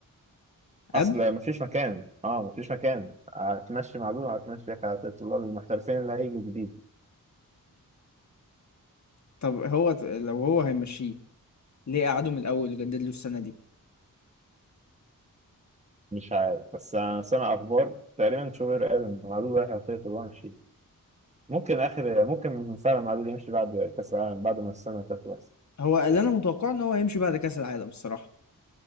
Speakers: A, on the left; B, on the right.
A: قبل
B: اصل مفيش مكان اه مفيش مكان هتمشي مع دول هتمشي الطلاب المحترفين اللي هيجوا جديد
A: طب هو ت- لو هو هيمشيه ليه قعده من الاول وجدد له السنة دي
B: مش عارف بس انا سامع اخبار تقريبا شوبير قال ان معدود رايح يعطيه طلاب مشي ممكن اخر ممكن فعلا معدود يمشي بعد كاس العالم بعد ما السنه تخلص
A: هو اللي انا متوقع ان هو هيمشي بعد كاس العالم الصراحة